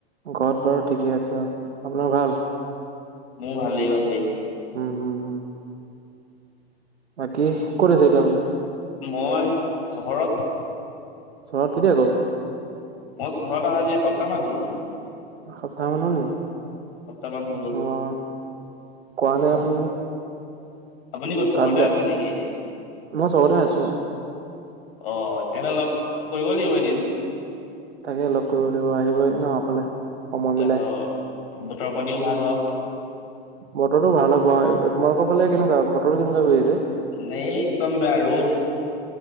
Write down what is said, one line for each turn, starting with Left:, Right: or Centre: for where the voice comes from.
Right: ঘৰত বাৰু ঠিকে আছে অ', আপোনাৰ ভাল?
Left: মোৰ ভালে ভালে।
Right: হম, হম, হু। বাকী, ক'ত আছে এতিয়া আপুনি?
Left: মই চহৰত।
Right: চহৰত কেতিয়া গ'ল?
Left: মোৰ চহৰত অহা আজি এসপ্তাহ মান হ'ল।
Right: এসপ্তাহ মান হ'ল নেকি?
Left: এসপ্তাহমান হৈ গ'ল।
Right: অ', কোৱা নাই আপুনি মোক।
Left: আপুনি ক'ত চহৰতে
Right: তালৈ
Left: আছে নেকি?
Right: মই চহৰতে আছো।
Left: অ তেনে লগ কৰিব লাগিব এদিন।
Right: তাকে লগ কৰিব লাগিব আহিবা এদিন আমাৰ ফালে। সময় মিলাই
Left: অ বতৰ পানীও ভাল হওঁক।
Right: বতৰটো ভাল হওঁক বাও। তোমালোকৰ ফালে কেনেকুৱা বতৰটো কেনেকুৱা কৰি আছে?
Left: নে একদম বেয়া ৰ'দ।